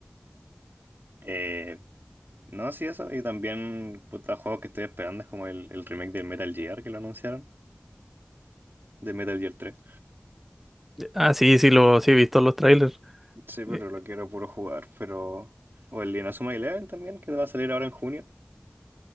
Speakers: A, on the right; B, in the centre.
A: Eh, no, sí, eso. Y también, puta, juegos que estoy esperando es como el, el remake del Metal Gear que lo anunciaron, de Metal Gear 3.
B: Ah, sí, sí, lo, sí he visto los trailers.
A: Sí, pero
B: Eh,
A: lo quiero puro jugar. Pero. O el Inazuma Eleven también, que va a salir ahora en junio,